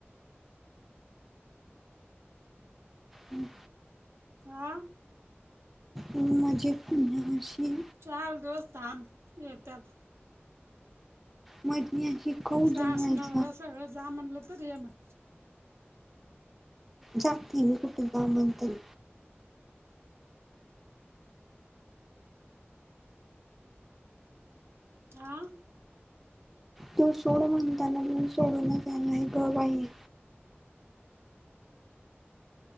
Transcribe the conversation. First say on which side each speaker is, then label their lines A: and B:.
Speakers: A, in the centre; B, on the right.
A: हम्म
B: आा
A: म्हणजे पुन्हाशी
B: चार दिवस थांब येतात.
A: मग शिकऊ
B: सास
A: जनवायच
B: नवरा सगळं जा म्हणलं तर ये म्हण
A: जागतीने कुटुंबामंत्र
B: हा
A: तो सोड म्हणताना म्हण सोडून जाला हे ग बा आहे.